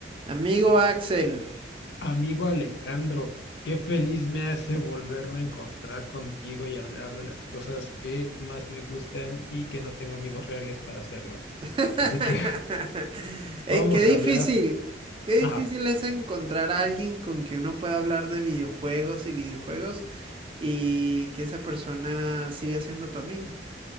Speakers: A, on the right; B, on the left.
A: Amigo Axel,
B: Amigo Alejandro, qué feliz me hace volverme a encontrar contigo y hablar de las cosas que más me gustan y que no tengo amigos reales para hacerlo.
A: <laughs>
B: Así que <laughs>
A: Eh,
B: vamos
A: qué difícil,
B: a hablar.
A: qué difícil
B: Ajá.
A: es encontrar a alguien con quien uno pueda hablar de videojuegos y videojuegos y que esa persona siga siendo tu amigo.